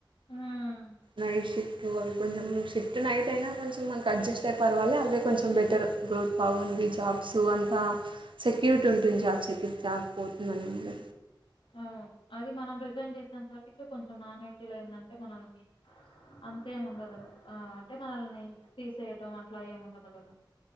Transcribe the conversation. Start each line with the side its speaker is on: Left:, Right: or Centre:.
Left: హ్మ్.
Right: నైట్ షిఫ్ట్ అవి కొంచెం షిఫ్ అంటే నైట్ అయినా కొంచెం మనకు అడ్జస్ట్ అయి పర్వాలే, అంటే కొంచెం బెటర్ గ్రోత్ బాగుంది జాబ్స్ అంతా సెక్యూరిటీ
Left: హ్మ్.
Right: ఉంటుంది, జాబ్ సెక్యూరిటీ జాబ్ పోతుందని.
Left: అవును. అది మనం రిజైన్ చేసినంతటికి కొంచెం నాన్ ఐటీలో ఎందంటే మనల్ని అంతేమి ఉండదు, ఆ అంటే మనల్ని తీసేయటం అట్లా ఏమి ఉండదు కదా.